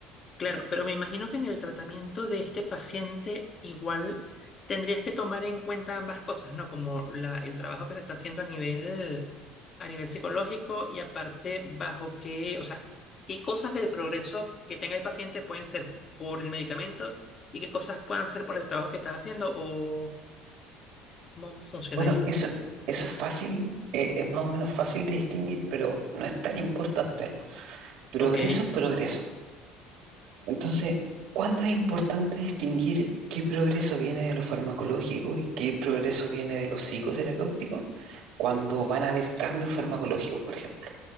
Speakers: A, on the left; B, on the right.
A: Claro, pero me imagino que en el tratamiento de este paciente igual tendrías que tomar en cuenta ambas cosas, ¿no? Como la, el trabajo que se está haciendo a nivel, a nivel psicológico y aparte bajo qué, o sea, qué cosas del progreso que tenga el paciente pueden ser por el medicamento y qué cosas puedan ser por el trabajo que estás haciendo o cómo funciona
B: Bueno,
A: allí.
B: eso, eso es fácil, eh, es más o menos fácil de distinguir, pero no es tan importante. Progreso
A: Ok,
B: es progreso. Entonces, ¿cuándo es importante distinguir qué progreso viene de lo farmacológico y qué progreso viene de lo psicoterapéutico? Cuando van a haber cambios farmacológicos, por ejemplo.